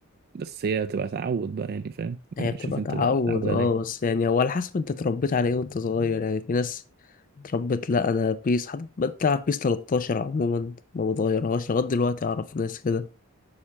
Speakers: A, on the right; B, on the left.
A: بس هي تبقى تعود بقى يعني فاهم
B: هي
A: يعني
B: بتبقى
A: شوف انت
B: تعود
A: بقى بتتعود
B: اه
A: على ايه
B: بس يعني هو على حسب انت اتربيت على ايه وانت صغير يعني في ناس اتربت لا انا بيس حد بتلعب بيس 13 عموما ما بتغيرهاش لغايه دلوقتي اعرف ناس كده